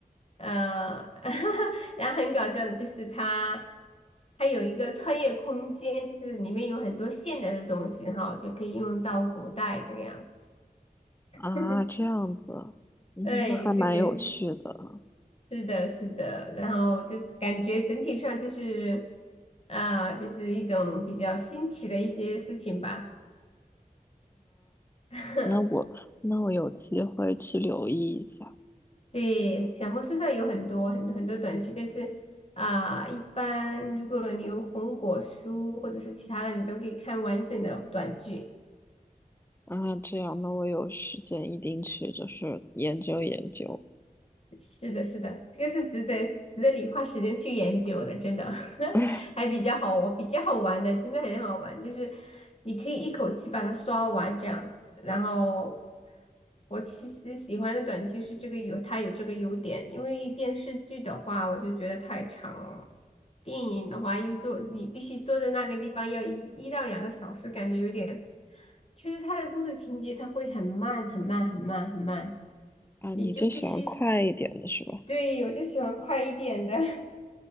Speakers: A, on the left (about 45°); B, on the left (about 15°).
A: 呃，<laughs> 然后很搞笑的就是它。它有一个穿越空间，就是里面有很多现代的东西，然后就可以用到古代这个样子。
B: 啊，
A: <laughs>
B: 这样子啊，嗯，
A: 对对对，
B: 那还蛮有趣的啊。
A: 是的，是的，然后就感觉整体上就是啊、就是一种比较新奇的一些事情吧。<laughs>
B: 那我那我有机会去留意一下
A: 对，小红书上有很多很多很多短剧，但是啊、一般如果你有红果书或者是其他的，你都可以看完整的短剧。
B: 啊。这样，那我有时间一定去，就是研究研究。
A: 是的，是的，这个是值得值得你花时间去研究的，真的 <laughs>
B: <laughs> 哎，
A: 还比较好玩，比较好玩的，真的很好玩。就是你可以一口气把它刷完这样子。然后我其实喜欢的短剧是这个有它有这个优点，因为电视剧的话我就觉得太长了，电影的话又坐你必须坐在那个地方要一一到两个小时，感觉有点，就是它的故事情节它会很慢很慢很慢很慢，
B: 啊，
A: 你就必须。
B: 你就喜欢快一点的是吧？
A: 对，我就喜欢快一点的。<laughs>